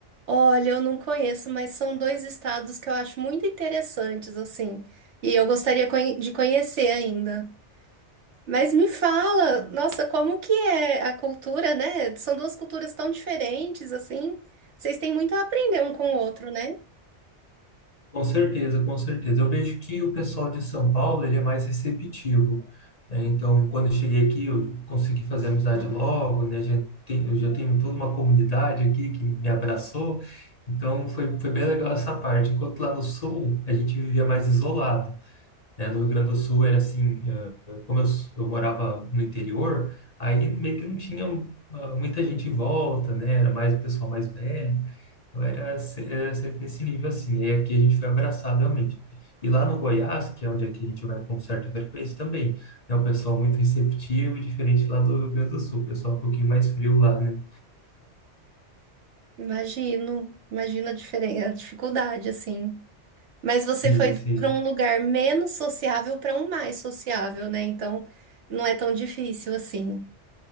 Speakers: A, on the right (about 75°); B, on the left (about 40°).
A: Olha, eu não conheço, mas são dois estados que eu acho muito interessantes, assim, e eu gostaria conhe- de conhecer ainda. Mas me fala, nossa, como que é a cultura, né? São duas culturas tão diferentes, assim. Vocês têm muito a aprender um com o outro, né?
B: Com certeza, com certeza. Eu vejo que o pessoal de São Paulo, ele é mais receptivo, né? Então, quando eu cheguei aqui, eu consegui fazer amizade logo, né? Já tem- eu já tenho toda uma comunidade aqui que me abraçou, então foi, foi bem legal essa parte. Enquanto lá no Sul, a gente vivia mais isolado né? No Rio Grande do Sul era assim, eh, como eu, eu morava no interior, aí meio que não tinha ah, muita gente em volta, né? Era mais o pessoal mais velho, Então, era, se- era sempre nesse nível assim. Aí aqui a gente foi abraçado realmente. E lá no Goiás, que é onde aqui a gente vai com certa frequência também, né? O pessoal muito receptivo, diferente lá do Rio Grande do Sul, o pessoal um pouquinho mais frio lá, né?
A: Imagino, imagino a diferen- a dificuldade, assim. Mas você
B: Sim,
A: foi
B: sim.
A: para um lugar menos sociável para um mais sociável, né? Então, não é tão difícil assim.